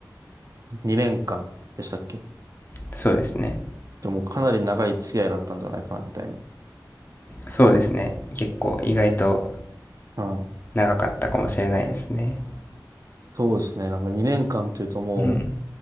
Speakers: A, on the right; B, on the left.
A: 2年間でしたっけ
B: そうですね。
A: でもかなり長い付き合いだったんじゃないかな、みたいに。
B: そうですね。結構意外と
A: うん。
B: 長かったかもしれないですね。
A: そうですね。なんか2年間っていうとも
B: うん。